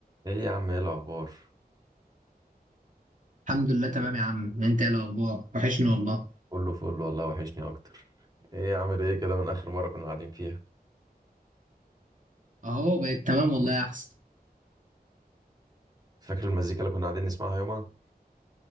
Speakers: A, on the right; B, on the right.
A: ايه يا عم ايه الاخبار
B: الحمد لله تمام يا عم انت ايه الاخبار وحشني والله
A: كله فل والله وحشني اكتر ايه عامل ايه كده من اخر مره كنا قاعدين فيها
B: اهو بقت تمام والله يا احسن
A: فاكر المزيكا اللي كنا قاعدين نسمعها يومها